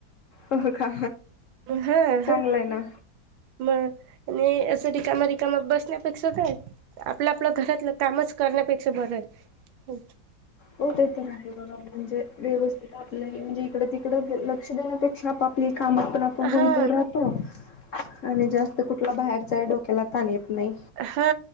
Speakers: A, on the left; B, on the right.
A: हो का.
B: हा
A: चांगलं
B: हा.
A: आहे ना.
B: म आणि असं रिकाम रिकाम बसण्यापेक्षा काय आपलं आपल्या घरातलं कामच करण्यापेक्षा बरंय, होय.
A: हो तेथे आहे बघा म्हणजे व्यवस्थित आपल्या ही म्हणजे इकडे तिक लक्ष देण्यापेक्षा आप आपली कामात पण आपण
B: हा
A: गुंतवुन राहतो. आणि जास्त कुठला बाहेरचा आहे डोक्याला ताण येत नाही
B: हा